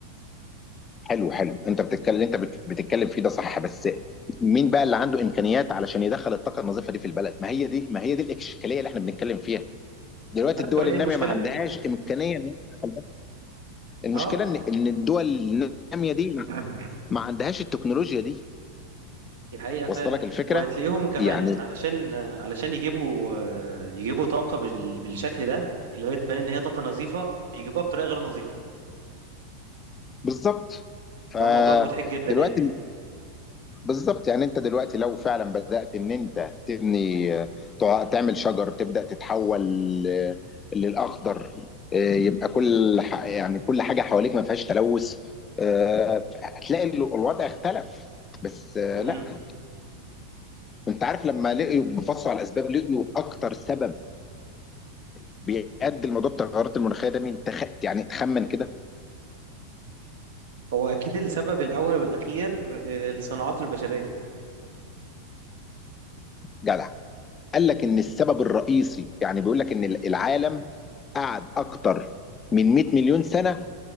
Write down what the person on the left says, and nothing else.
حلو حلو انت بتتكلم اللي انت بت- بتتكلم فيه ده صح بس مين بقى اللي عنده امكانيات علشان يدخل الطاقه النظيفه دي في البلد ما هي دي ما هي دي الاشكاليه اللي احنا بنتكلم فيها دلوقتي
الدول
الناميه
ما عندهاش امكانيه ان هي تدخل ده. المشكله
ان ان الدول الناميه دي
ما ما عندهاش التكنولوجيا دي
وصل
لك الفكره
يعني
بالظبط فدلوقتي
بالظبط يعني انت دلوقتي لو فعلا بدأت ان انت تبني تع- تعمل شجر تبدأ تتحول ل- للأخضر آه، يبقى كل ح- يعني كل حاجة حواليك ما فيهاش تلوث آه، هتلاقي ال- الوضع اختلف بس آه،
لا انت عارف لما لقيوا بفصوا على الاسباب لقيوا اكتر سبب بيؤدي لموضوع التغيرات المناخيه ده مين تخ... يعني تخمن كده
جدع قال لك ان السبب الرئيسي يعني بيقول لك ان العالم قعد اكتر من 100 مليون سنه